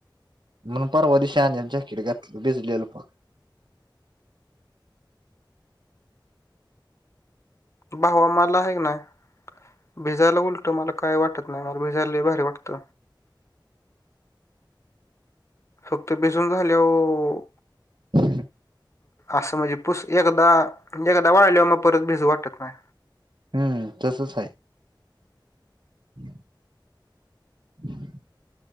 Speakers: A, on the right; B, on the left.
A: म्हणून परवा दिशी आल्याल्या जॅकेट घातलं भिजलेलो पार.
B: भावा मला हाये का नाय, भिजायला उलट मला काय वाटत नाय. मला भिजायला लई भा री वाटत. फक्त बिसून झाल्या वू
A: ह् <inaudible>
B: असं म्हणजे पुूस एकदा एकदा वाळल्याव मग परत भिजू वाटत नाय.
A: हम्म तसच हाय. ह <inaudible> ह <inaudible>